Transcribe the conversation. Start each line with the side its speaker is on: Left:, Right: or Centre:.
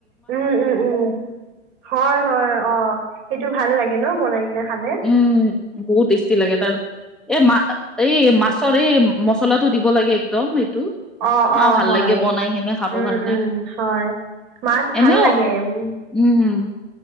Right: উম উম উম, হয় হয়, অ' সেইটো ভাল লাগে ন বনাই। কিনে খালে।
Centre: উম, বহুত টেষ্টি লাগে তাৰ, এ মা এই মাছৰ এই মছলাটো দিব লাগে একদম। টো,
Right: অ অ
Centre: আও ভাল
Right: হয়
Centre: লাগে বনাই কেনে খাব
Right: উম
Centre: কাৰণে।
Right: উম হয়। মাছ ভাল
Centre: এনেও
Right: লাগে উম
Centre: উম।